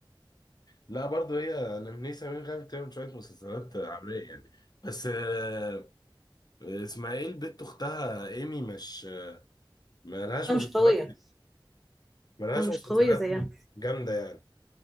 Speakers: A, on the left (about 50°); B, in the centre.
A: لا برضه هي نمنيه سمير غانم بتعمل شويه مسلسلات عاميه يعني بس آه، اسمها ايه البت اختها ايمي مش مالهاش
B: انا
A: مسلسلات
B: مش قويه
A: مالهاش
B: انا مش
A: مسلسلات
B: قويه زيها
A: جامده يعني